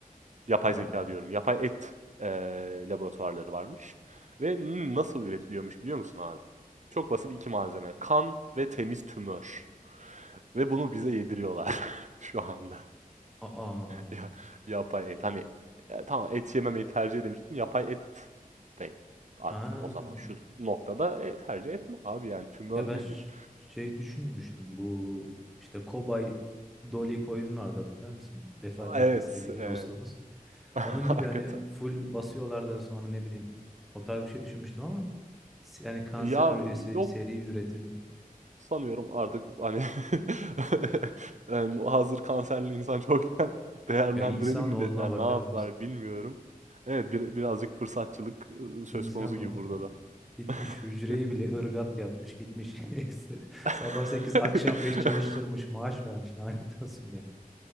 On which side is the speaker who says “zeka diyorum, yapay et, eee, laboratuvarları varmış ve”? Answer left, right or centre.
Right